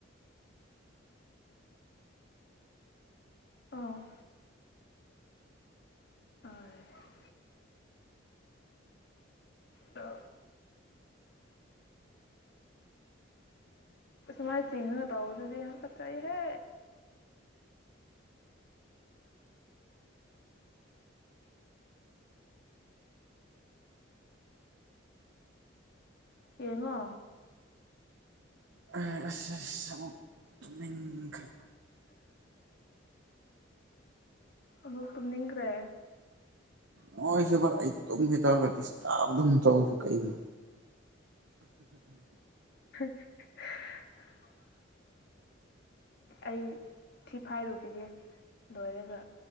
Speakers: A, on the left; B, on the right.
A: ꯑꯣ ꯑ ꯗ ꯃꯥꯏ ꯆꯤꯡ ꯇꯑꯣ ꯑꯗꯨꯗꯤ ꯀ ꯆ ꯍ ꯌꯦꯡꯉꯣ
B: ꯑ ꯑꯁ ꯑꯁ ꯁꯨꯛ ꯇꯨꯝꯅꯤꯡꯈ꯭ꯔꯦ
A: ꯑꯃꯨꯛ ꯇꯨꯝ ꯅꯤꯡꯈ꯭ꯔꯦ
B: ꯅꯣꯏ ꯁꯤꯕ ꯑꯩ ꯇꯨꯝꯒꯦ ꯇꯧꯔꯒ ꯗꯤꯁꯇꯥꯔꯕ ꯑꯗꯨꯝ ꯇꯧꯁꯦ ꯀꯩꯒꯤꯅꯣ
A: <inaudible> ꯑꯩ ꯊꯤꯐꯥꯏꯔꯨꯈꯤꯒꯦ ꯂꯣꯏꯔꯒ